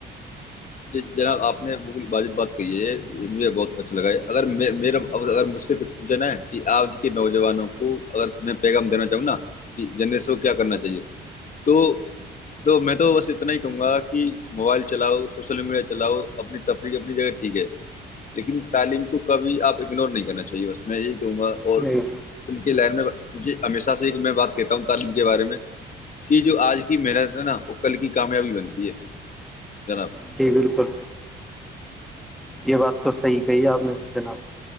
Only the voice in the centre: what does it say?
نہیں
جی بالکل یہ بات تو صحیح کہی ہے آپ نے جناب